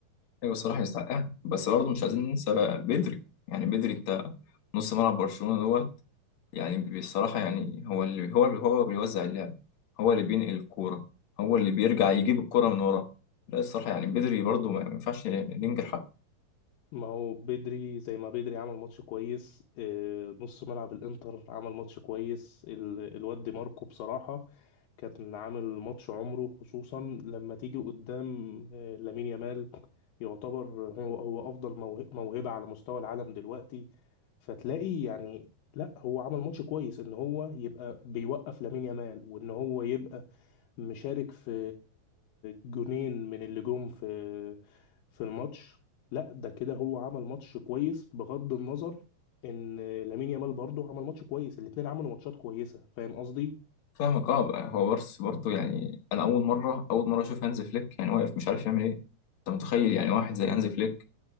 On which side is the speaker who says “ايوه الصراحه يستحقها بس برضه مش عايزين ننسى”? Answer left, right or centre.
Left